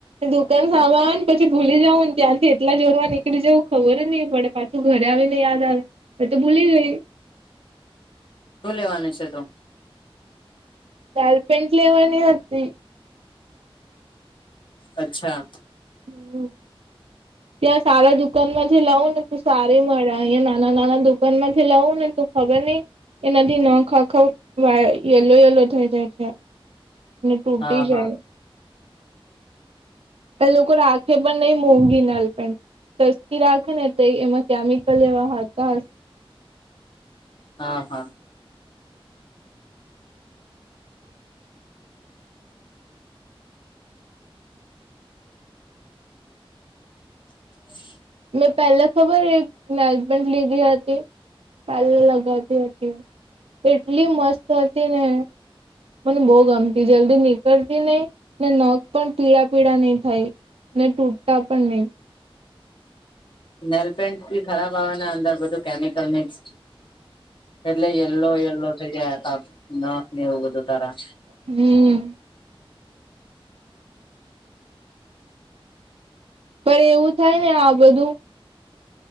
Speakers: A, on the right (about 85°); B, on the left (about 55°).
A: દુકાન સામા આવે ને પછી ભૂલી જઉ ને ત્યાંથી એટલા જોરમાં નીકળી જવું ખબર જ નહીં પડે પાછું ઘરે આવીન ને યાદ મે તો ભુલી ગઈ
B: શું લેવાનું છે, તો
A: <unintelligible> પેન્ટ લેવાની હતી.
B: અચ્છા.
A: હમ. ત્યાં સારા દુકાનમાંથી લઉં ને તું સારી મળે અહીંયા નાના નાના દુકાનમાંથી લઉં ને તો ખબરની એનાથી ન ખખ વા યલો યલો થઈ જાય છે. ને ટૂટી
B: હા
A: જાય
B: હા
A: એ લોકો રાખે પણ નઈ મોંઘી નાલ પેન સસ્તી રાખે ને તે એમાં કેમિકલ એવા હતા
B: હા હા. <inaudible>
A: મેં પહેલા ખબર એક મેજમેન્ટ લીધી હતી પહેલા લગાવતી હતી એટલી મસ્ત હતી ને મને બૈ ગમતી જલ્દી નીકળતી નહિ ને નખ પણ પીળા પીળા નહી થાય ને તૂટતા પણ નહીં.
B: નેલ પેન્ટ બી ખરાબ આવેને અંદર બધું કેમિકલ મિક્સ એટલે યલો યલો થઈ જાય ન ને એવું બધું તારા.
A: હમ. પર એવું થાય ને આ બધું